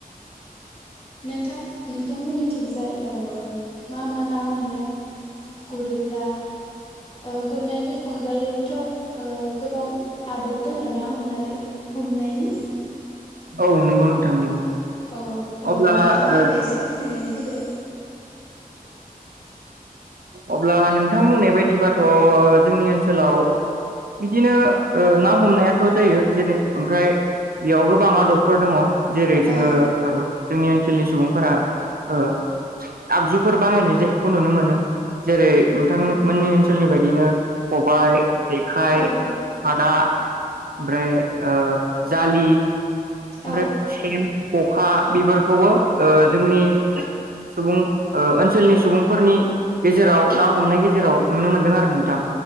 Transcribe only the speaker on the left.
नोंथां नोंथां मोननिथिंजाय ओ मा मा ना मोनो? गुरोब्ला ओ गुरनायनि अनगायैबोथ' ओ गोबां आदब दोङो ना हमनानै हमनायनि।
औ ओ
नोंथाङा
आंनो एसे फोरमायनानै होदो।
औ
औ
औ